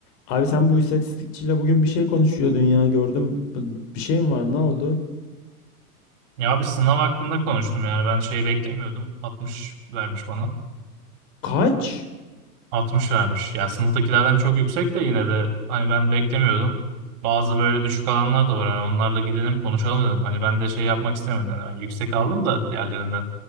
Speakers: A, on the left (about 45°); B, on the right (about 50°).
A: Abi sen bu istatistikçiyle bugün bir şey konuşuyordun ya gördüm. Bir şey mi var? Ne oldu?
B: Ya abi sınav hakkında konuştum yani ben şey beklemiyordum. 60 vermiş bana.
A: Kaç?
B: 60 vermiş. Ya sınıftakilerden çok yüksek de yine de hani ben beklemiyordum. Bazı böyle düşük alanlar da var. hani onlarla gidelim konuşalım dedim. Hani ben de şey yapmak istemedim. Ben yüksek aldım da diğerlerinden.